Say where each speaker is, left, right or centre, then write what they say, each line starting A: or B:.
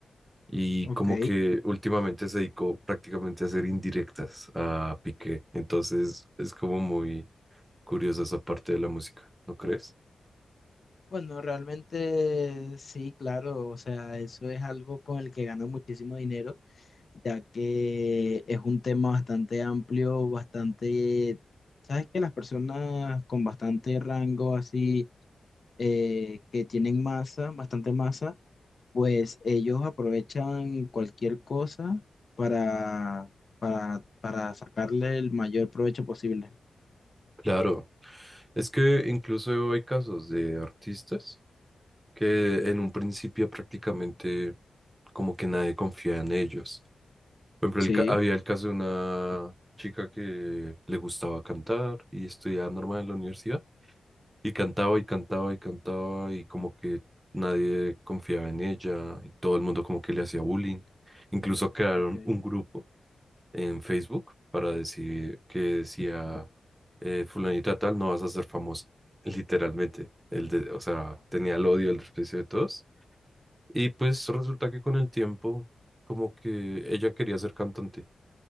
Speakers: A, on the right; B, on the left.
A: y
B: ok.
A: como que últimamente se dedicó prácticamente a hacer indirectas a Piqué. Entonces es como muy curiosa esa parte de la música, ¿no crees?
B: Bueno, realmente sí, claro, o sea, eso es algo con el que gano muchísimo dinero, ya que es un tema bastante amplio, bastante, sabes que las personas con bastante rango así, eh, que tienen masa, bastante masa, pues ellos aprovechan cualquier cosa para, para, para sacarle el mayor provecho posible.
A: Claro, es que incluso hay casos de artistas que en un principio prácticamente como que nadie confía en ellos. Por ejemplo,
B: Sí.
A: el ca- había el caso de una chica que le gustaba cantar y estudiaba normal en la universidad. Y cantaba y cantaba y cantaba y como que nadie confiaba en ella y todo el mundo como que le hacía bullying. Incluso crearon
B: Ok.
A: un grupo en Facebook para decir que decía eh, fulanita tal, no vas a ser famosa. <laughs> Literalmente, el de, o sea, tenía el odio, el desprecio de todos. Y pues resulta que con el tiempo como que ella quería ser cantante